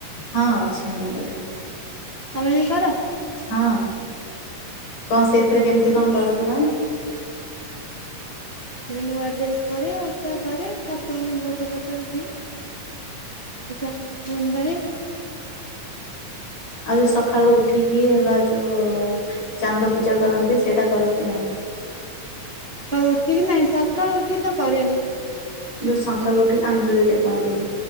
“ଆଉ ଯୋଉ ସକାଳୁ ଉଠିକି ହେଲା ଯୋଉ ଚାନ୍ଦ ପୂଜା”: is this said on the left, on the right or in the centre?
Left